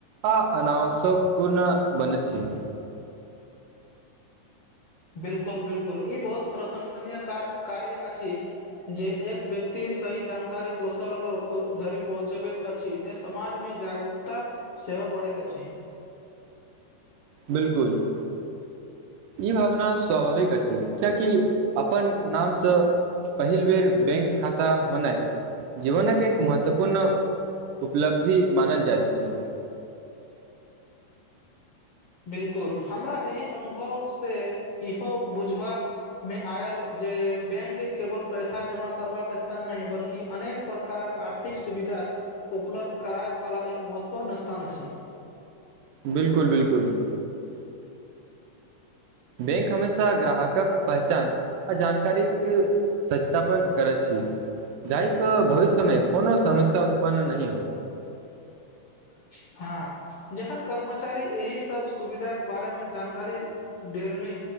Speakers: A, on the right; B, on the left.
A: अ अनावश्यक पूर्ण बनैत छी
B: बिल्कुल बिल्कुल इ बहुत प्रशंसनीय कार कार्य अछि जे एक व्यक्ति सही जानकारी दोसर लोक धरि पहुँचबैत अछि तै समाज मे जागरूकता से हो बढ़ैत अछि
A: बिल्कुल <inaudible> ई भावना स्वाभाविक अछि कियकि अपन नामसँ पहिल बेर बैंक खाता होनाइ <inaudible> जीवनक केँ एक महत्वपूर्ण उपलब्धि मानल जाइत अछि
B: बिल्कुल हमरा एहि अनुभव से इहो बुझबा में आयल जे बैंक केवल पैसा जमा करबाक स्थान नहि बल्कि अनेक प्रकारक आर्थिक सुविधा उपलब्ध कराय वाला एक महत्वपूर्ण स्थान छै
A: बिल्कुल बिल्कुल बैंक हमेशा ग्राहकक पहचान आ जानकारी क सत्यापन करैत छी जाहिसँ भविष्यमे कोनो समस्या उत्पन्न नहि हो
B: <unintelligible> जखन कर्मचारी एहि सब सुविधाक केँ बारे मे जानकारी देलनि